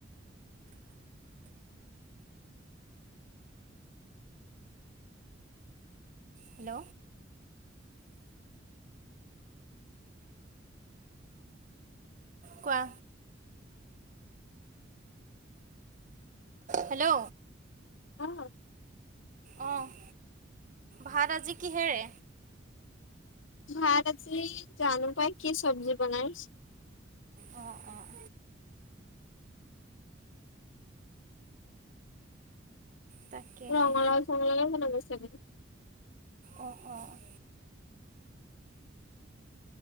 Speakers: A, on the right; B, on the left.
A: হেল্ল'। কোৱা। হেল্ল'।
B: অন নো
A: অ', ভাত আজি কিহেৰে?
B: ভাত আজি জানো পায় কি চব্জি বনাই।
A: অ', অ'। তাকেহে
B: ৰঙলাও চঙালাও মনত পৰিছেগে।
A: অ', অ'।